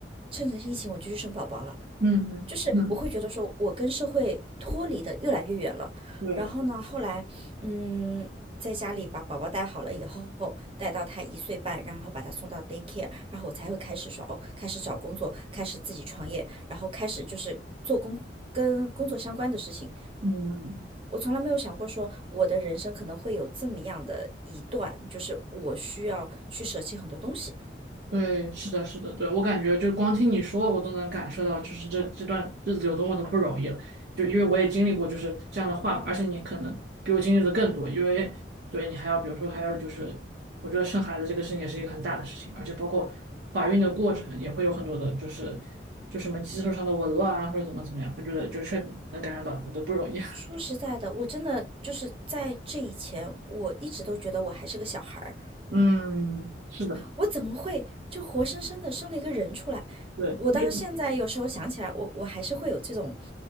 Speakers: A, on the right; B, on the right.
A: 趁着疫情我就去生宝宝了。
B: 嗯嗯嗯，
A: 就是我会觉得说，我跟社会脱离的越来越远了。
B: 对，
A: 然后呢，后来，嗯，在家里把宝宝带好了以后，带到他一岁半，然后把他送到 daycare，然后我才会开始说，哦，开始找工作，开始自己创业，然后开始就是做工跟工作相关的事情。
B: 嗯。
A: 我从来没有想过说，我的人生可能会有这么样的一段，就是我需要去舍弃很多东西。
B: 对，是的，是的，对，我感觉就光听你说，我都能感受到，就是这这段日子有多么的不容易了。就因为我也经历过就是这样的话嘛而且你可能比我经历的更多，因为对你还要，比如说还要就是，我觉得生孩子这个事情也是一个很大的事情，而且包括怀孕的过程也会有很多的，就是就什么激素上的紊乱啊，或者怎么怎么样，我觉得就确实能感受到你的不容易。<laughs>
A: 说实在的，我真的就是在这以前，我一直都觉得我还是个小孩儿，
B: 嗯，是的，
A: 我怎么会就活生生的生了一个人出来？
B: 对，
A: 我到现在有时候想起来，
B: 因为
A: 我我还是会有这种